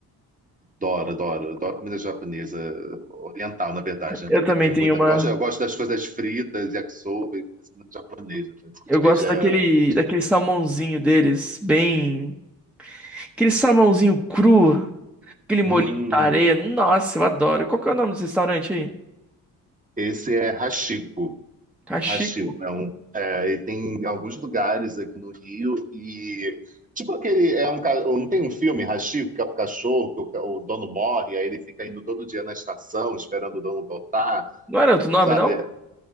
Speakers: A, on the right; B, in the centre.
A: adoro, adoro, adoro comida japonesa, oriental, na verdade, né?
B: Eu
A: Porque
B: também
A: tem
B: tenho
A: muita.
B: uma.
A: Eu gosto, eu gosto das coisas fritas, yakisoba, e isso não é japonês, né? Isso
B: Eu gosto
A: aí já
B: daquele,
A: é chinês.
B: daquele salmãozinho deles, bem. Aquele salmãozinho cru, aquele
A: Hum,
B: molhinho de areia. Nossa, eu adoro. Qual que é o nome desse restaurante aí?
A: esse é Hachiko.
B: Cachico.
A: Acho que não. É, e tem alguns lugares aqui no Rio e tipo aquele é um ca- não tem um filme Hachiko que é o cachorro que o, ca- o dono morre aí ele fica indo todo dia na estação esperando o dono voltar,
B: Não era outro nome,
A: sabe?
B: não?